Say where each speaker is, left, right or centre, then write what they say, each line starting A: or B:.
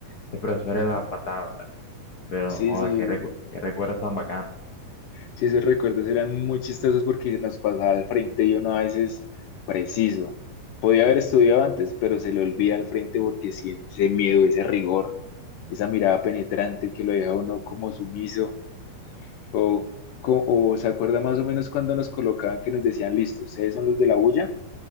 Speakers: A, on the left; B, on the left.
A: Ese profesor era la patada, ¿vale? Pero,
B: Sí,
A: joda,
B: sí,
A: qué, recu- qué recuerdos tan bacanos.
B: sí, esos recuerdos eran muy chistosos porque nos pasaba al frente y uno a veces preciso. Podía haber estudiado antes, pero se le olvida al frente porque siente ese miedo, ese rigor, esa mirada penetrante que lo deja a uno como sumiso. O, co- o se acuerda más o menos cuando nos colocaban que nos decían, listo, ustedes son los de la bulla,